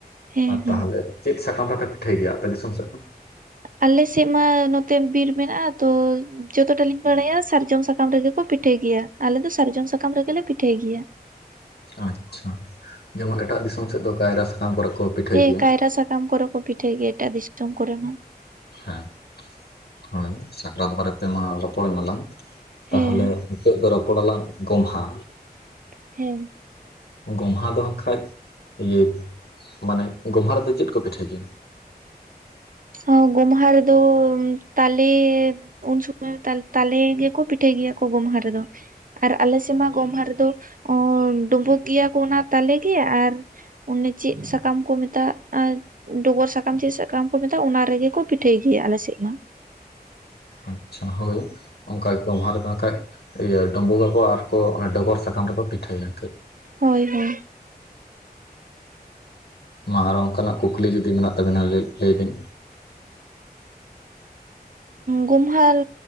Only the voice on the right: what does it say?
ᱦᱮᱸ
ᱦᱮᱸ
ᱟᱞᱮᱥᱮᱫ ᱢᱟ ᱱᱚᱛᱮ ᱵᱤᱨ ᱢᱮᱱᱟᱜ-ᱟ᱾ ᱛᱚ ᱡᱚᱛᱚᱴᱟ ᱞᱤᱧ ᱵᱟᱲᱟᱭᱟ, ᱥᱟᱨᱡᱚᱢ ᱥᱟᱠᱟᱢ ᱨᱮᱜᱮ ᱠᱚ ᱯᱤᱴᱷᱟᱭ ᱜᱮᱭᱟ᱾ ᱟᱞᱮ ᱫᱚ ᱥᱟᱨᱡᱚᱢ ᱥᱟᱠᱟᱢ ᱨᱮᱜᱮᱞᱮ ᱯᱤᱴᱷᱟᱹᱭ ᱜᱮᱭᱟᱹ᱾
ᱦᱮᱸ
ᱠᱟᱭᱨᱟ ᱥᱟᱠᱟᱢ ᱠᱚᱨᱮ ᱠᱚ ᱯᱤᱴᱷᱟᱹᱭ ᱜᱤᱭᱟ ᱮᱴᱟᱜ ᱫᱤᱥᱚᱢ ᱠᱚᱨᱮ ᱦᱚ᱾
ᱦᱮᱸ
ᱦᱮᱸ
ᱦᱚ ᱜᱚᱢᱦᱟ ᱫᱚ ᱛᱟᱞᱮ ᱩᱱ ᱥᱩᱢᱚᱭ ᱛᱟᱞ ᱛᱟᱞᱮ ᱜᱮᱠᱚ ᱯᱤᱴᱷᱟᱹᱭ ᱜᱮᱭᱟ ᱠᱚ ᱜᱚᱢᱦᱟ ᱨᱮᱫᱚ᱾ ᱟᱨ ᱟᱞᱮᱥᱮᱫ ᱢᱟ ᱜᱚᱢᱦᱟ ᱨᱮᱫᱚ, ᱰᱩᱵᱳᱩᱜ ᱜᱮᱭᱟ ᱠᱚ ᱚᱱᱟ ᱛᱟᱞᱮᱜ ᱜᱮ, ᱟᱨ ᱚᱱᱮ ᱪᱮᱫ ᱥᱟᱠᱟᱢ ᱠᱚ ᱢᱮᱛᱟᱜ ᱟᱨ ᱰᱚᱜᱚᱨ ᱥᱟᱠᱟᱢ ᱪᱮᱫ ᱥᱟᱠᱟᱢ ᱠᱚ ᱢᱮᱛᱟᱜ, ᱚᱱᱟ ᱨᱮᱜᱮᱠᱚ ᱯᱤᱴᱷᱟᱹᱭ ᱜᱮᱭᱟ ᱟᱞᱮᱥᱮᱫ ᱢᱟ᱾
ᱦᱳᱭ ᱦᱳᱭ
ᱜᱩᱢᱦᱟᱞ